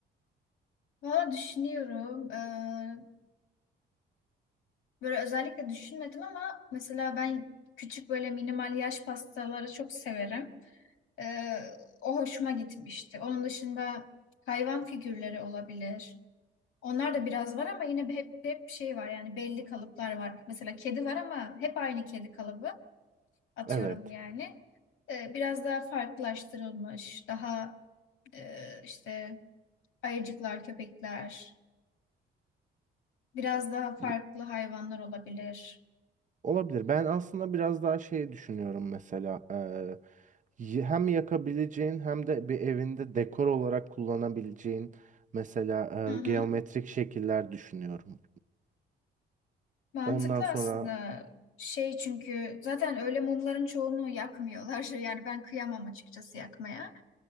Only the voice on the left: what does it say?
Valla düşünüyorum. Ee, böyle özellikle düşünmedim ama mesela ben küçük böyle minimal yaş pastaları çok severim. Ee, o hoşuma gitmişti. Onun dışında hayvan figürleri olabilir. Onlar da biraz var ama yine bir- hep hep şey var yani belli kalıplar var. Mesela kedi var ama hep aynı kedi kalıbı atıyorum
yani. Ee, biraz daha farklılaştırılmış, daha Ee, işte ayıcıklar, köpekler, biraz daha farklı
hayvanlar olabilir.
Hı hı.
Mantıklı
aslında. Şey çünkü zaten öyle mumların çoğunu yakmıyorlar. <laughs> Yani ben kıyamam açıkçası yakmaya.